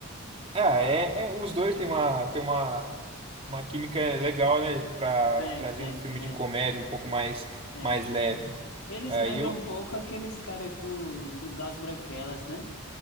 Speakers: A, on the right (about 25°); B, on the left (about 75°).
A: Ah, é, é- os dois têm uma, têm uma, uma química legal, né? Pra
B: Tem,
A: trazer
B: tem,
A: um filme
B: tem.
A: de comédia um pouco mais,
B: tem.
A: mais leve.
B: Eles
A: Aí
B: lembram
A: eu.
B: um pouco aqueles caras do, do- das Branquelas, né?